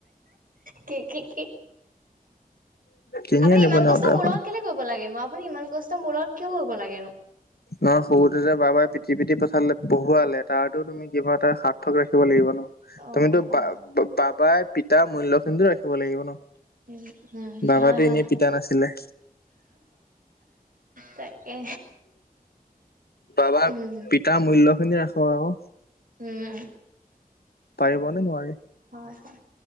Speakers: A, on the right; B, on the left.
A: কি কি কি
B: কিনি
A: আপুনি
B: আনিব
A: ইমান
B: নেওতা
A: কষ্টৰ মূৰ
B: এখন
A: লগত কেলে কিয় কৰিব লাগেনো, আপুনি ইমান কষ্ট মূৰ লগত কিয় কৰিব লাগেনো।
B: নহয় সৰুতো যে বাবাই পিটি পিঠি পঠালে পঢ়ুৱালে তাতো তুমি তুমি কিবা এটা সাৰ্থক ৰাখিব লাগিব ন
A: অ
B: তুমিতো বা
A: অ
B: বাবাই পিতাৰ মূল্য খিনিতো ৰাখিব লাগিব ন
A: উম উম
B: বাবা
A: হয় হয়
B: এনেই পিতা নাছিলে
A: তাকে
B: বাবাৰ
A: উম
B: পিতাৰ মূল্্য খিনি ৰাখো আৰু
A: উম
B: পাৰিব নে নোৱাৰি
A: হয় হয়